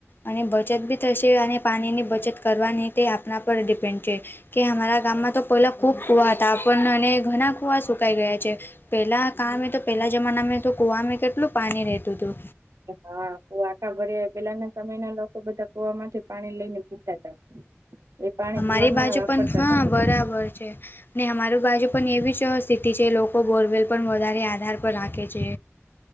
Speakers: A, on the left; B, on the right.
A: અને બચત બી થશે અને પાણીની બચત કરવાની તે આપ આપણા પર ડિપેન્ડ છે. કે અમારા ગામમાં તો પહેલા ખુબ કુવા હતા પણ અને ઘણા કુવા સુકાઈ ગયા છે. પેલા કા તો પેલા જમાના મે તો કુવામાં કેટલું પાણી રહેેતું હતું.
B: હા, કુવા આખા ભર્યા પેલાના સમયના લોકો બધા કુવા માથી પાણી લઈ ને પીતા હતા, એ પાણી
A: અમારી
B: પીવામાં
A: બાજુ
B: વાપરતા
A: પણ હા
B: હતા બધા
A: બરાબર છે. ને અમારું બાજુ પણ એવી જ સ્થિતિ છે, લોકો બોરવેલ પણ વધારે આધાર પર રાખે છે.